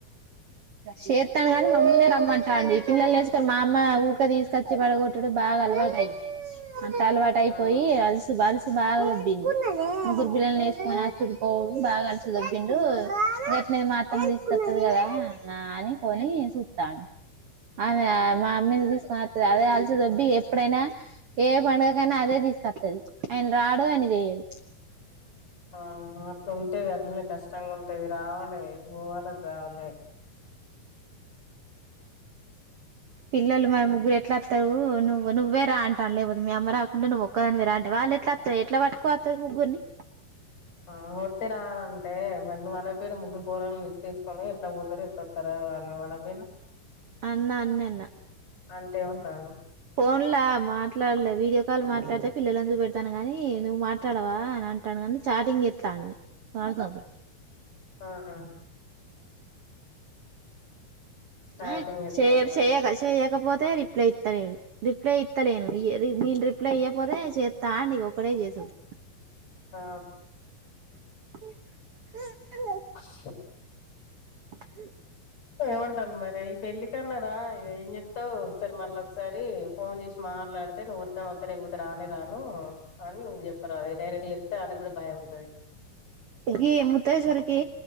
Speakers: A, on the right; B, on the left.
A: చేతాను కానీ మమ్మీనే రమ్మంటా అండి పిల్లలు వేసుకని మా అమ్మ ఊక తీసుకొచ్చి పడగొట్టడు బాగా అలవాట అంటంత అలవాటు అయిపోయి
B: ఆ
A: అ శు బాలు ఇ బా మురు బిల్లని వేసుకొని చుపో బాగా అలసిదబ్బిండు గట్ది మాత్రం తీసుకొస్తది కదా అని కొని చూస్తాడు ఆమె మా అమ్మీని తీసుకొని వస్తుంది అదే అలసిదబ్బి ఎప్పుడైనా ఏ పండుగకైనా అదే తీసుకొస్తది ఆయన రాడు అని జయంల్
B: ఆ అట్లా ఉంటే అట్లనే కష్టంగా ఉంటుది రావాల ఎయికి పోవాలి చ రావాలి
A: పిలలు మ ముగగుర ఎట్లా వస్తావు నువ్వు నువ్వే రా అంటాను లేపోదు మ అమ్మ రాకుండా నువ్వు ఒక్కదాని మీ రా అంటవు వాళ్ళు ఎట్లా వస్త ఎట్లా పట్టుకోస్తది ముగ్గురిని
B: ఆ వత్ే రా అన అంటే మరి నువ్వు అన పన ముగ్గురు పోరాలని నిలిచ్చి తీసుకని ఎట్లా పోతారు ఎట్లా వస్తారా అని మన పయిన
A: అన్నా అన్న అన్న
B: అంటే ఏమంటాడు
A: ఫోన్లా మాట్లాడలే వీడియో కాల్ మాట్లాడితే పిల్లలందు పెడతాను గాని నువ్వు మాట్లాడవా అని అంటాను కానీ చాటింగ్ చెస్తాని కా సాభ బ
B: ఆహా చాటింగ్
A: ఆ
B: చేస్తాండా
A: శెయ్యదు షశేగా శేయ్యాకపోతే తే రిప్లై ఇత్తలేడు రిప్లై ఇత్తలేను ఇయే నేను రిప్లై ఇయ్యకపోతే చెత్తాండు ఇగ ఒకడే చేసుడు
B: ఆ
A: ఆ
B: స్
A: ఆ
B: <inaudible> మరి ఈ పెళ్లి కన్నా రా ఇగ ఏంచెత్తవ్ ఒకసారి మళ్ళ ఒకసారి ఫోన్ చేసి మాట్లాడితే నువ్వు వత్తే వత్త లేకపోతే రానె రాను అని నువ్వు చెప్పరాదు డైరెక్ట్ చెప్తే ఆమెకి కూడా భయం ఉంటది
A: పెరిగి ముతేశ్వరికి